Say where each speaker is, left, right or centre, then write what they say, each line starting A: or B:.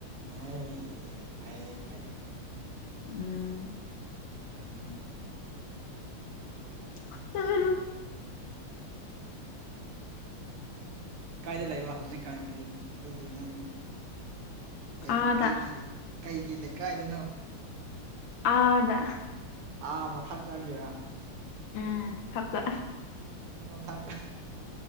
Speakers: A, on the right (about 80°); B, on the left (about 70°).
A: ꯍ ꯐꯩꯌꯦ ꯐꯩꯌꯦ
B: ꯎꯝ
A: ꯐꯥꯏꯩ
B: <unintelligible>
A: ꯀꯥꯏꯗ ꯂꯩꯕ ꯍꯧꯖꯤꯛꯀꯥꯟꯒꯤ ꯑꯗꯨꯗꯤ ꯅꯪꯗꯤ ꯀꯩ
B: ꯑꯥꯗ
A: ꯀꯩꯒꯤ ꯀꯩꯒꯤ ꯂꯩꯀꯥꯏꯗꯅꯣ
B: ꯑꯥꯗ
A: ꯑꯥ ꯃꯊꯛ ꯇꯥꯒꯤꯔꯥ
B: ꯎꯝ ꯊꯛꯄ
A: ꯃꯊꯛ <unintelligible>